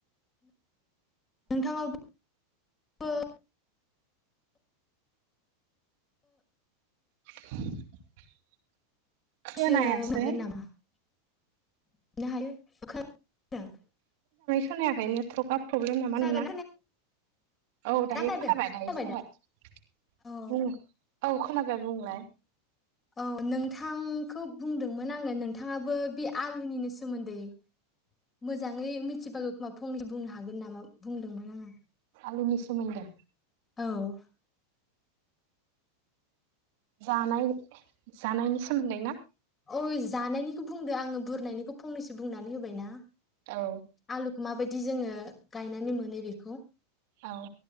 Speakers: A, on the left (about 25°); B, on the right (about 55°).
A: नोंथाङा <inaudible> <unintelligible> <inaudible>
B: <inaudible> खोनायासै
A: सो मोगोन नामा? <unintelligible>
B: खोनायाखैनो ट्रक प्रब्लेम नामा
A: बुंनो हायो खोनादों खोनागोनना
B: नोंना?
A: खोनायाखै
B: औ
A: दा
B: दायो
A: खोनादों
B: खोनाबाय दायो खोनाबाय
A: दा औ
B: औ खोनाबाय। बुंलाय।
A: औ नोंथांखौ बुंदोंमोन आंनो नोंथाङाबो बे आलुनिनो सोमोन्दै मोजाङै मिथिबागो खोमा फंनै बुंनो हागोन नामा बुंदोंमोन आङोव
B: आलुनि सोमोन्दै
A: औ
B: जानाय जानायनि सोमोन्दै ना?
A: ओइ जानायनिखौ बुंदो आङो बुरनायनिखौ फंनैसो बुंनानै होबायना।
B: औ
A: आलुखौ माबायदि जोङो गायनानै मोनो बेखौ।
B: औ